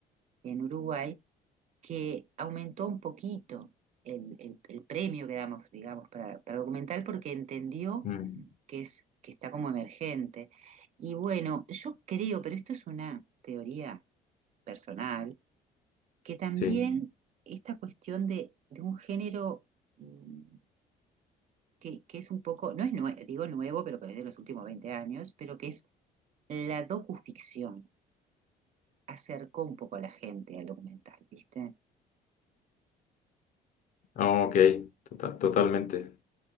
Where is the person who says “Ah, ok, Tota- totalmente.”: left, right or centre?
Left